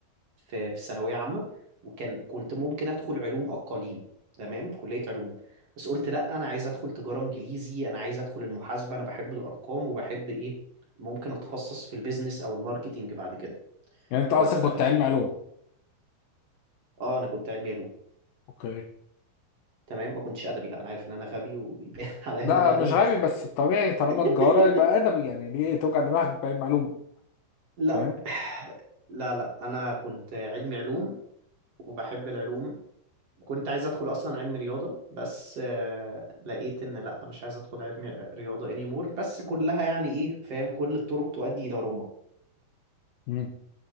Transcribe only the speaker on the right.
في في ثانوية عامة وكان كنت ممكن أدخل علوم أقاليم تمام كلية علوم بس قلت لأ أنا عايز أدخل تجارة إنجليزي أنا عايز أدخل المحاسبة أنا بحب الأرقام وبحب إيه ممكن أتخصص في البيزنس أو الماركتينج بعد كده
فبس
دخلت
آه أنا كنت علمي علوم
تمام ما كنتش أدبي لأ أنا عارف إن أنا غبي ويبان <laughs> على إن
أنا أدبي
بس
لأ
<sighs>
<laughs> لا
لا لا أنا كنت علمي علوم وبحب العلوم كنت عايز ادخل اصلا علم رياضه بس آه، لقيت ان لا مش عايز ادخل علم رياضه anymore بس كلها يعني ايه فاهم كل الطرق تؤدي الى روما